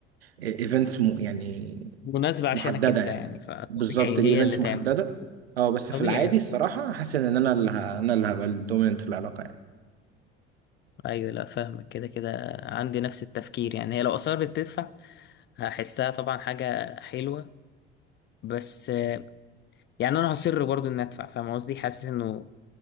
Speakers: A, on the right; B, on the left.
A: ايفنتس يعني
B: مناسبة عشانك
A: محدده
B: انت
A: يعني
B: يعني فطبيعي
A: بالظبط دي
B: هي
A: ايفنتس
B: اللي تعمل
A: محدده اه بس
B: طبيعي
A: في العادي الصراحة حاسس ان انا اللي ه... انا اللي هبقى الدوميننت في العلاقة يعني
B: ايوه لا فاهمك كده كده عندي نفس التفكير يعني هي لو اصرت تدفع هحسها طبعا حاجه حلوه بس آه، يعني انا هصر برضو اني ادفع فاهم قصدي حاسس انه